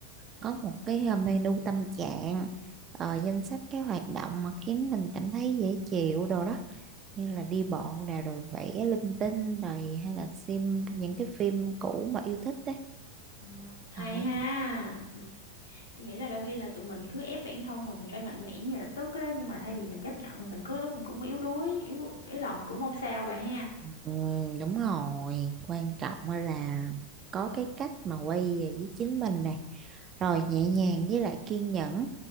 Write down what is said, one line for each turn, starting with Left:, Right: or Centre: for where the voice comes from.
Right: có một cái ờ, menu tâm trạng, ờ, danh sách cái hoạt động mà khiến mình cảm thấy dễ chịu đồ đó. như là đi bộ nè rồi vẽ linh tinh rồi hay là xem những cái phim cũ mà yêu thích đấy
Left: Ừ, hay
Right: à,
Left: ha. Ừ. Tôi nghĩ là đôi khi là tụi mình cứ ép bản thân mà mình phải mạnh mẽ ngay lập tức á, nhưng mà thay vì mình chấp nhận thì mình có lúc mình cũng yếu đuối, yếu yếu lòng mà cũng không sao bà ha.
Right: ừ, đúng rồi quan trọng á là có cái cách mà quay về với chính mình nè rồi nhẹ nhàng với lại kiên nhẫn